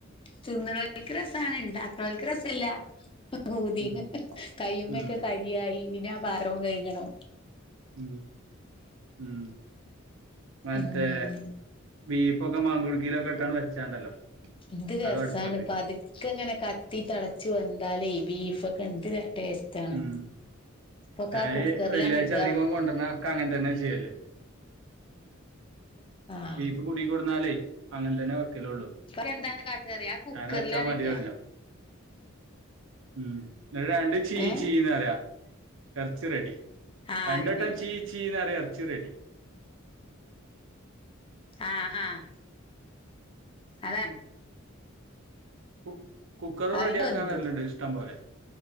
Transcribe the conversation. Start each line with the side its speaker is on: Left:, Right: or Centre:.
Left: തിന്ന്ണോല്ക്ക് രസാണ് ഇണ്ടക്ക്ണോല്ക്ക് രസല്ല ഊതീണ്
Right: ഉം
Left: കയ്യ്മക്കെ
Right: ഉം
Left: കരിയായി പിന്നെ ആ പത്രോം കഴികണോ
Right: ഉം ഉം മറ്റേ
Left: ഉം
Right: ബീഫൊക്കെ മാങ്കുടുക്കീലൊക്കെട്ടങ്ങട്ട് വെച്ചാണ്ടല്ലോ
Left: ന്ത് രസാണ്
Right: അതോ അടുപ്പത്ത്
Left: പത് ക്കങ്ങനെ കത്തി തെളച്ചു വന്താലേ ബീഫൊക്കെ എന്ത് ടേസ്റ്റ് ആണ്
Right: ഉം
Left: ഇപ്പൊക്കെ ആ
Right: അയ്
Left: കുക്കറിലാണ്
Right: വെള്ളിയാഴ്ച
Left: ഇടുക
Right: അധികം കൊണ്ടുവരന ക്കങ്ങനതന്നെ ചെയ്യല്
Left: ആഹ്
Right: ബീഫ് കുടി കൊട്ന്നാലേ അങ്ങൻതന്നെ വെക്കലുള്ളൂ
Left: പഎന്താണ് കാട്ടാറിയ ആ കുക്കറിലാണ്
Right: അങ്ങനെ വെച്ചാ മതി
Left: ഇട്ആ
Right: അറിഞ്ഞു ഉം ഇന്നട്ട് രണ്ട് ചീചീന്ന്റയാ
Left: ഏഹ്
Right: എറച്ചി റെഡി
Left: ആഹ്
Right: രണ്ട
Left: അതന്നെ
Right: ട്ടം ചീചീന്ന്റിയ എറച്ചി റെഡി
Left: ആഹ് ആഹ് അതാ
Right: കു കുക്കറും
Left: അയിന്
Right: റെഡിയാക്കാൻ
Left: വെന്തു
Right: വരല്ണ്ട് ഇഷ്ടം പോലെ